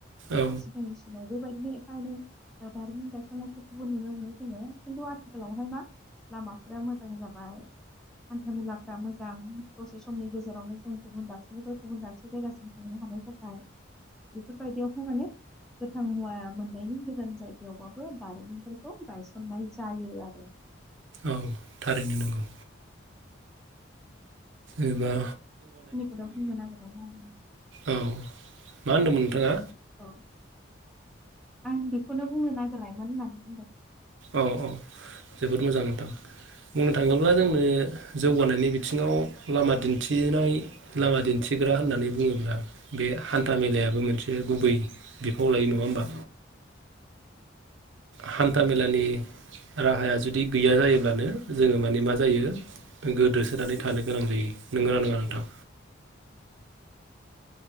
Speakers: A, on the right; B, in the centre.
A: औ
B: सिगांनि समाव बेबायदिनो एफा एनै दारिमिन गायसननायफोरखौबो नुनो मोनो जोङो खिन्थु आथिखालावहाय मा लामाफोरा मोजां जाबाय हान्था मेलाफोरा मोजां दसे समनि गेजेरावनो जों गुबुन दाबसेनिफ्राय गुबुन दाबसे जायगासिम थांनो हानाय जाबाय बेफोरबायदियाव माने गोथां मुवा मोननायनि गोजान जायगायावबाबो दारिमिनफोरखौ गायसननाय जायो आरो
A: औ थारैनो नोंगौ
B: अ अ
A: एबा
B: बेखिनिखौनो बुंगोन नागिरदोंमोन आं
A: औ मा होनदोंमोन नोंथाङा?
B: औ आं बेखौनो बुंनो नागिरनायमोन होननानै बुंदों
A: औ औ जोबोद मोजां बुंनो थाङोब्ला जोंनो जौगानायनि बिथिङाव लामा दिन्थिनाय लामा दिन्थिग्रा होननानै बुङोब्ला बे हान्था मेलायाबो मोनसे
B: औ
A: गुबै बिफाव लायो नङा होमबा
B: औ
A: हान्था मेलानि राहाया जुदि गैया जायोब्लानो जोङो माने मा जायो
B: औ
A: गोदोसोनानै थानो गोनां जायो नोंगोना नोङा नोंथां
B: औ नंगौ